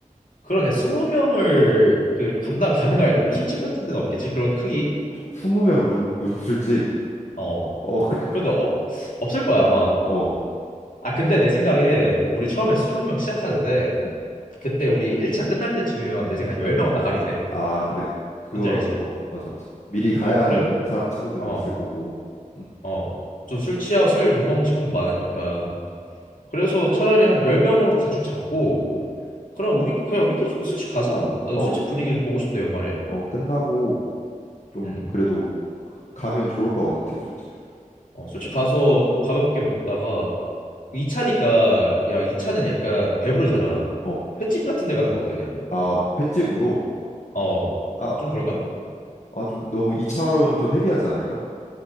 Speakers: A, on the left (about 80°); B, on the left (about 60°).
A: 그러냐, 20명을 그 감당 가능할 룸 술집 같은 데는 없겠지? 그런 크기?
B: 20명 룸 룸술집.
A: 어.
B: 어, <laughs>
A: 그런데 없, 없을 거야, 아마.
B: 그- 어.
A: 아, 근데 내 생각에 우리 처음에 20명 시작하는데
B: 음.
A: 그때 우리 1차 끝날 때쯤이면 내 생각에 10명은 나가리 돼.
B: 아, 그래. 그거
A: 뭔지 알지?
B: 어, 맞아 맞아. 미리 가야
A: 어, 그래.
B: 하는 사, 친구들도
A: 어,
B: 있을 거고. 음.
A: 어. 좀 술 취하고 술 못 먹는 친구도 많으니까.
B: 음.
A: 그래서 차라리 한 10명으로 대충 잡고
B: 음.
A: 그럼 우리 그냥 우리끼리 좀 술집 가자. 나도
B: 어,
A: 술집 분위기 좀 보고 싶다, 연말에.
B: 어, 끝나고 좀
A: 음.
B: 그래도 가면 좋을 것 같아, 술집.
A: 어, 술집 가서 가볍게 먹다가 2차니까 야, 2차는 약간 배부르잖아.
B: 어.
A: 횟집 같은 데 가는 거 어떠냐?
B: 아, 횟집으로
A: 어.
B: 아,
A: 좀 그런가?
B: 아, 좀 너무 2차로는 좀 헤비하지 않을까?